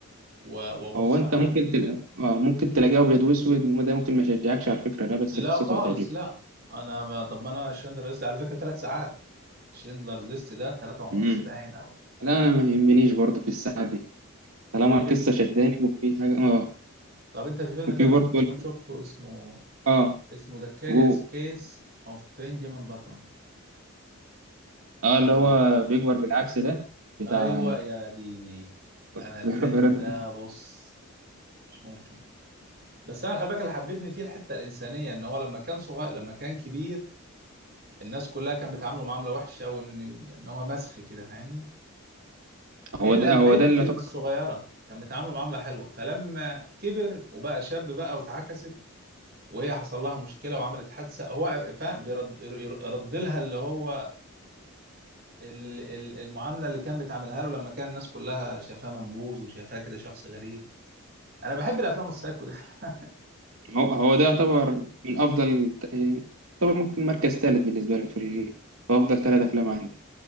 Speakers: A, on the right (about 45°); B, on the right (about 75°).
A: و- وابص
B: هو انت
A: عليه
B: ممكن تلاقي اه ممكن تلاقيه ابيض واسود وده ممكن ما يشجعكش على الفكره ده بس
A: لا
B: قصته
A: خالص
B: هتعجبك
A: لا انا ما طب ما انا شندلر ليست على فكره ثلاث ساعات شندلر ليست ده ثلاثة ونص
B: مم.
A: باين او
B: لا انا ما يهمنيش برضه في الساعه دي طالما
A: طويل
B: القصه
A: جدا
B: شداني وفي حاجه اه
A: طب انت في فيلم
B: وفي
A: تاني
B: برضه
A: ممكن تكون
B: ال-
A: شفته اسمه
B: اه
A: اسمه ذا كاريوس
B: جو
A: كيس اوف بنجامين باتون
B: اه
A: ال...
B: اللي هو بيكبر بالعكس ده بتاع
A: ايوه يا ديني
B: <laughs>
A: انا الفيلم
B: براد
A: ده بص مش ممكن بس انا خلي بالك اللي حببني فيه الحته الانسانيه ان هو لما كان صغير لما كان كبير الناس كلها كانت بتعامله معامله وحشه وان ان هو مسخ كده فاهمني
B: هو
A: الا
B: ده
A: البنت
B: هو ده اللي يعتبر
A: الصغيره كان بتعامله معامله حلوه فلما كبر وبقى شاب بقى واتعكست وهي حصل لها مشكله وعملت حادثه هو فاهم بيرد ير- يرد لها اللي هو ال- ال- المعامله اللي كان بتعملها له لما كان الناس كلها شافاه منبوذ وشافاه كده شخص غريب انا بحب الافلام السايكو دي <laughs>
B: هو, هو ده يعتبر من افضل يعتبر ممكن مركز ثالث بالنسبه لي في, ال... في افضل ثلاث افلام عندي